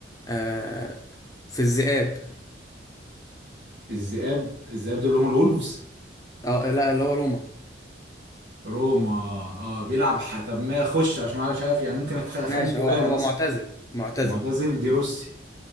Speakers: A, on the left; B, on the right.
A: آه في الذئاب
B: الذئاب الذئاب دول اللي هم الولفز
A: اه لا اللي هو روما
B: روما اه بيلعب ح... طب ما خش عشان ما مش عارف يعني ممكن أخ- اخمن
A: ماشي
B: ديبالا
A: هو هو
B: مثلا
A: معتزل معتزل
B: معتزل دي روسي